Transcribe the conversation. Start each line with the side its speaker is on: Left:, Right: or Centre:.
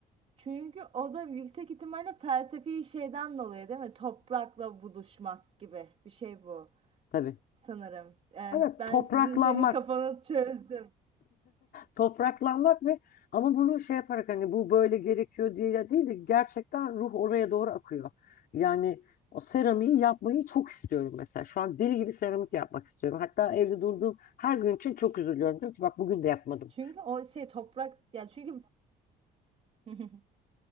Right: çünkü o da yüksek ihtimalle felsefi şeyden dolayı değil mi? Toprakla buluşmak gibi bir şey bu
Left: Tabii.
Right: sanırım. Yani
Left: Evet,
Right: ben
Left: topraklanmak.
Right: sizin senin kafanı çözdüm.
Left: Topraklanmak ve ama bunu şey yaparak hani bu böyle gerekiyor diye ya değil de gerçekten ruh oraya doğru akıyor. Yani o seramiği yapmayı çok istiyorum mesela. Şu an deli gibi seramik yapmak istiyorum. Hatta evde durduğum her gün için çok üzülüyorum. Diyorum ki bak bugün de yapmadım.
Right: Çünkü o şey toprak ya çünkü <laughs>